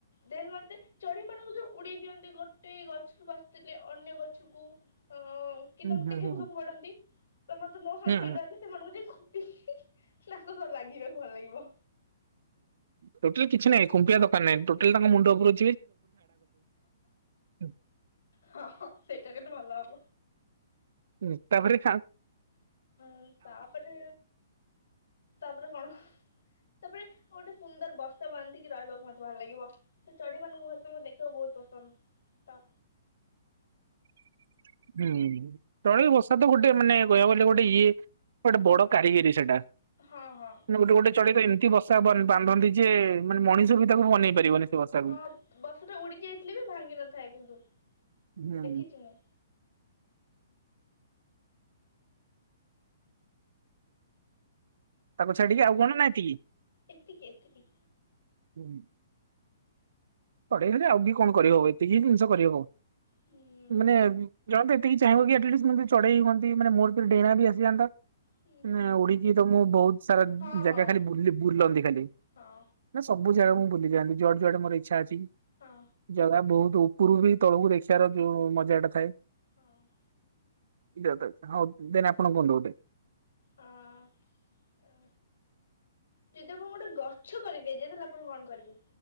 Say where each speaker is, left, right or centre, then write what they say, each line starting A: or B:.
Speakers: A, on the left; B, on the right.
A: ଦେନ୍ ମତେ ଚଢେଇ ମାନଙ୍କୁ ଯୋଉ ଉଡେଇ ଦିଅନ୍ତି ଗୋଟେ ଗଛରୁ ବସି ଅନ୍ୟ ଗଛକୁ ଅ କି
B: ହୁଁ
A: ତାଙ୍କୁ
B: ହୁଁ
A: ଟେକା
B: ହୁଁ
A: ଫେକା ଫୋପାଡନ୍ତି ତ ମତେ <unintelligible>
B: ହୁଁ
A: ସେଇଟ ସେମାନଙ୍କୁ ଯେ - ତାଙ୍କ ସହ ଲାଗିବାକୁ ଭଲ ଲାଗିବ।
B: ଟୋଟାଲ କିଛି ନାହିଁ, କୁମ୍ପିଆ ଦରକାର ନାହିଁ, ଟୋଟାଲ ତାଙ୍କ ମୁଣ୍ଡ ଉପରୁ <unintelligible>
A: ହଁ ହଁ ସେଇଟା କିନ୍ତୁ ଭଲ ହବ
B: ହଁ ତା ପରେ ଖା
A: ହଁ ତାପରେ ତାପରେ କଣ? ତାପରେ ଗୋଟେ ସୁନ୍ଦର ବର୍ଷା ବାନ୍ଧିକି ରହିବାକୁ ମୋତେ ଭଲ ଲାଗିବ, ତ ଚଢେଇ ମାନଙ୍କୁ ବହୁତ ସମୟ ଦେଖିବାକୁ ବହୁତ ପସନ୍ଦ। ତ
B: <inaudible> ହୁଁ ଚଢ଼େଇ ବଷା ତ ଗୋଟେ ମାନେ କହିବାକୁ ଗଲେ ଗୋଟଇଏ ଗୋଟେ ବଡ କାରିଗରି ସେଟା,
A: ହଁ ହଁ।
B: ଗୋଟେ ଗୋଟେ ଚଢ଼େ ଇ <unintelligible> ବସା ବାନ୍ଧନ୍ତି ଯେ- ମାନେ ମଣିଷ ବି ତାକୁ ମନେଇ ପାରିବନି। ସେ ବସାକୁ।
A: ହଁ ବସାଟା ଉଡି ଯାଇଥିଲେ ବି ଭାଙ୍ଗି ନଥାଏ କିନ୍ତୁ।
B: ହୁଁ
A: ଦେଖିଛି ମୁଁ।
B: ତାକୁ ଛାଡିକି ଆଉ କଣ ଏତିକି?
A: ଏତିକି ଏତିକି।
B: ହୁଁ ପଢେଇଲେ ଆଉ କି କଣ କରିବ ଏତିକି ଜିନିଷ କରିହବ,
A: ହୁଁ
B: ମାନେ ଜାଣନ୍ତୁ ଏତିକି। ଚାହିଁବା ଆଟିଲିସ୍ ଚଢେଇ ହୁଅନ୍ତି ମାନେ, ମୋ ଦେହ ରେ ଡେଣା ବି ଆସିଯାନ୍ତା।
A: ହୁଁ
B: ନା ଉଡିକି ତ ମୁଁ ବହୁତ ସାରା
A: ହଁ ହଁ
B: ଜାଗା ଖାଲି ବୁଲନ୍ତି ଖାଲି
A: ହଁ
B: ନା ସବୁ ଜାଗା ମୁଁ ବୁଲି ଯାଆନ୍ତି, ଯୁଆଡେ ଯୁଆଡେ ମୋର ଇଛା ଅଛି,
A: ହଁ।
B: ଜାଗା ବହୁତ ପୁରୁଭି ତଳକୁ ଦେଖିବାର ଯୋଉ ମଜା ଟା ଥାଏ।
A: ହଁ ଅଁ
B: ଦିଅ ତାକୁ ହଁ, ଦେନ ଆପଣ କୁହନ୍ତୁ ଗୋଟେ?
A: ହ--ଅ ଯଦି ଆପଣ ଗୋଟେ ଗଛ କରି ଦିଆଯାଏ, ତାହେଲେ ଆପଣ କଣ କରିବେ?